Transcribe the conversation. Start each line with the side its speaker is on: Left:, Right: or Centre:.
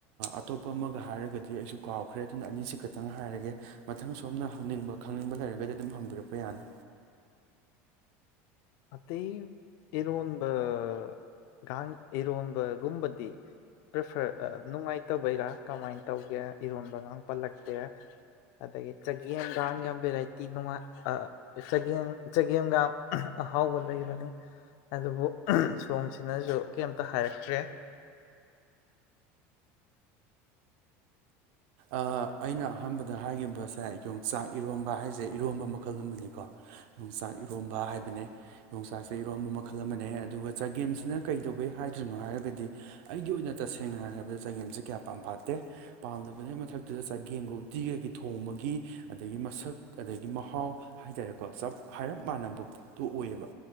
Right: ꯑꯇꯣꯞꯄ ꯑꯃꯒ ꯍꯥꯏꯔꯒꯗꯤ ꯑꯩꯁꯨ ꯀꯥꯎꯈ꯭ꯔꯦ ꯑꯗꯨꯅ ꯑꯅꯤꯁꯤ ꯈꯤꯇꯪ ꯍꯥꯏꯔꯒꯦ ꯃꯊꯪ ꯁꯣꯝꯅ ꯍꯪꯅꯤꯡꯕ ꯈꯪꯅꯤꯡꯕ ꯂꯩꯔꯒꯗꯤ ꯑꯗꯨꯝ ꯍꯪꯕꯤꯔꯛꯄ ꯌꯥꯅꯤ
Left: ꯑꯇꯩ ꯏꯔꯣꯟꯕꯒꯥꯡ ꯏꯔꯣꯟꯕꯒꯨꯝꯕꯗꯤ ꯄ꯭ꯔꯤꯐꯔ ꯅꯨꯡꯉꯥꯏꯇꯕꯩꯔꯥ ꯀꯃꯥꯏꯅ ꯇꯧꯒꯦ ꯏꯔꯣꯟꯕꯒ ꯄꯜꯂꯛꯇꯦ ꯑꯗꯒꯤ ꯆꯒꯦꯝꯒ ꯌꯥꯝ ꯚꯦꯔꯥꯏꯇꯤꯉꯥꯏ ꯆꯒꯦꯝ ꯆꯒꯦꯝꯒ ꯑꯍꯥꯎꯕ ꯂꯩꯕꯅꯤ ꯑꯗꯨꯕꯨ ꯁꯣꯝꯁꯤꯅꯁꯨ ꯀꯩꯝꯇ ꯍꯥꯏꯔꯛꯇ꯭ꯔꯦ
Right: ꯑ ꯑꯩꯅ ꯑꯍꯥꯟꯕꯗ ꯍꯥꯏꯈꯤꯕ ꯁꯦ ꯌꯣꯡꯆꯥꯛ ꯏꯔꯣꯝꯕ ꯍꯥꯏꯁꯦ ꯏꯔꯣꯝꯕ ꯃꯈꯜ ꯑꯃꯅꯤꯀꯣ ꯌꯣꯡꯆꯥꯛ ꯏꯔꯣꯝꯕ ꯍꯥꯏꯕꯅꯦ ꯌꯣꯡꯆꯥꯛꯁꯦ ꯏꯔꯣꯝꯕ ꯃꯈꯜ ꯑꯃꯅꯦ ꯑꯗꯨꯒ ꯆꯒꯦꯝꯁꯤꯅ ꯀꯩꯗꯧꯕꯦ ꯍꯥꯏꯗ꯭ꯔꯤꯅꯣ ꯍꯥꯏꯔꯒꯗꯤ ꯑꯩꯒꯤ ꯑꯣꯏꯅ ꯇꯁꯦꯡꯅ ꯍꯥꯏꯔꯕꯗ ꯆꯒꯦꯝꯁꯦ ꯀꯌꯥ ꯄꯥꯝ ꯐꯥꯠꯇꯦ ꯄꯥꯝꯗ ꯑꯗꯨ ꯑꯗꯨꯒꯤ ꯃꯊꯛꯇꯨꯗ ꯆꯒꯦꯝꯒ ꯎꯇꯤꯒꯒꯤ ꯊꯣꯡꯕꯒꯤ ꯑꯗꯒꯤ ꯃꯁꯛ ꯑꯗꯒꯤ ꯃꯍꯥꯎ ꯍꯥꯏꯇꯥꯔꯦꯀꯣ ꯆꯞ ꯍꯥꯏꯔꯞ ꯃꯥꯟꯅꯕ ꯄꯣꯠꯇꯣ ꯑꯣꯏꯌꯦꯕ